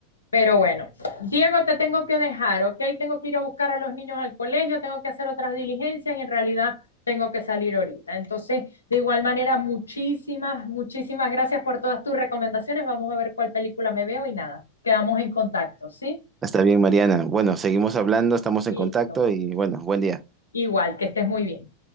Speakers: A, on the left; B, on the right.
A: Pero bueno, Diego, te tengo que dejar, ¿ok? Tengo que ir a buscar a los niños al colegio, tengo que hacer otras diligencias y en realidad tengo que salir ahorita. Entonces, de igual manera, muchísimas, muchísimas gracias por todas tus recomendaciones. Vamos a ver cuál película me veo y nada, quedamos en contacto, ¿sí?
B: está bien, Mariana. Bueno, seguimos hablando, estamos
A: Listo.
B: en contacto y bueno, buen día.
A: Igual, que estés muy bien.